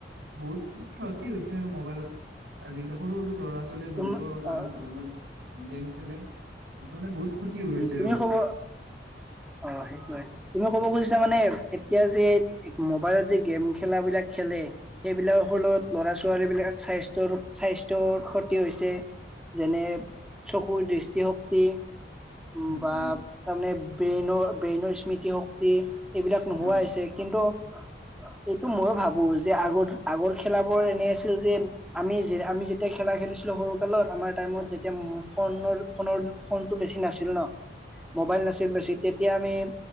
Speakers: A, on the right (about 80°); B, in the centre.
A: বহুত ক্ষতি হৈছে আৰু মোবাইলত আজিকালি সৰু সৰু ল'ৰা আচ
B: তুম
A: বহুতো নানান
B: অ
A: ধৰণৰ <unintelligible> গেম খেলে হেটো মানে বহুত ক্ষতি হৈ আছে
B: তুমি
A: আৰু
B: কব অ সেইটোোৱে তুমি ক'ব খুজিছা মানে এতিয়া যে মোবাইলত যে গেম খেলাবিলাক খেলে সেইবিলাকৰ ফলত ল'ৰা ছোৱালী বিলাক স্বাস্থ্যৰ স্বাস্থ্যৰ ক্ষতি হৈছে যেনে চকুৰ দৃষ্টিশক্তি উ
A: উম
B: বা
A: উম
B: তাৰমানে <unintelligible> ব্ৰেইনৰ ব্ৰেইনৰ স্মৃতিশক্তি এইবিলাক নোহোৱা
A: অ
B: হৈছে কিন্তু এইটো মইও ভাবো যে আগৰ আগৰ খেলাাবোৰ এনে আছিল যে আমি যে আমি যেতিয়া খেলা খেলিছিলো সৰু কালত আমাৰ টাইমত যেতিয়া ফোনৰ ফোনৰ বেছি নাছিল ন মোবাইল নাছিল বেছি তেতিয়া আমি